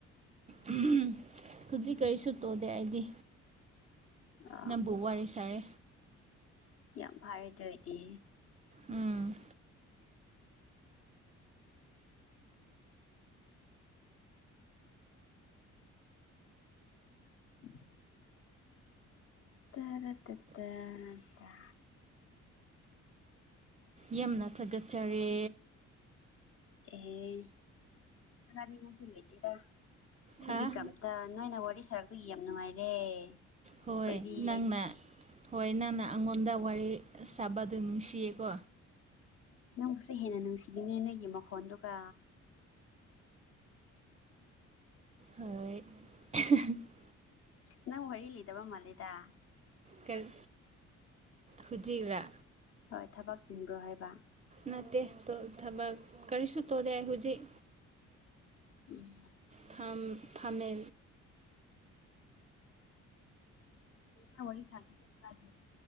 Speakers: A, on the right; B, on the left.
A: ꯎꯝ <unintelligible> ꯍꯧꯖꯤꯛ ꯀꯔꯤꯁꯨ ꯇꯧꯗꯦ ꯑꯩꯗꯤ
B: ꯑ
A: ꯅꯪꯕꯨ ꯋꯥꯔꯤ ꯁꯥꯔꯦ
B: ꯌꯥꯝ ꯐꯔꯦ ꯑꯗꯨ ꯑꯣꯏꯗꯤ
A: ꯎꯝ
B: <unintelligible> ꯇꯔꯛꯇꯥ ꯇ ꯇ
A: ꯌꯥꯝꯅ ꯊꯥꯒꯠꯆꯔꯤ
B: ꯑꯦ ꯁꯅꯥꯅꯤꯡꯕꯁꯨ ꯂꯩꯇꯦꯗ <unintelligible> ꯑꯩꯈꯣꯏꯗꯤ
A: ꯍꯥ
B: ꯀꯝꯇ ꯅꯣꯏꯅ ꯋꯥꯔꯤ ꯁꯥꯔꯛꯄꯒꯤ ꯌꯥꯝ ꯅꯨꯡꯉꯥꯏꯔꯦ
A: ꯍꯣꯏ
B: ꯑꯩꯈꯣꯏꯗꯤ
A: ꯅꯪꯅ ꯍꯣꯏ ꯅꯪꯅ ꯑꯩꯉꯣꯟꯗ ꯋꯥꯔꯤ ꯁꯥꯕꯗꯨ ꯅꯨꯡꯁꯤꯌꯦꯀꯣ
B: ꯅꯪꯕꯨꯁꯨ ꯍꯦꯟꯅ ꯅꯨꯡꯁꯤꯔꯤꯅꯦ ꯅꯣꯏꯒꯤ ꯃꯈꯣꯟꯗꯨꯒ
A: ꯍꯣꯏ <unintelligible>
B: ꯅꯪ ꯋꯥꯔꯤ ꯂꯤꯗꯕ ꯃꯥ ꯂꯤꯗ
A: ꯀꯩ ꯍꯧꯖꯤꯛꯔꯥ
B: ꯍꯣꯏ ꯊꯕꯛ ꯆꯤꯟꯕ꯭ꯔꯣ ꯍꯥꯏꯕ
A: ꯅꯠꯇꯦ ꯊꯕꯛ ꯀꯔꯤꯁꯨ ꯇꯧꯗꯦ ꯑꯩ ꯍꯧꯖꯤꯛ
B: ꯎꯝ
A: ꯐꯝ ꯐꯝꯃꯦ
B: ꯑ ꯋꯥ ꯋꯥꯔꯤ ꯁꯥ ꯈꯔꯅꯤ <unintelligible>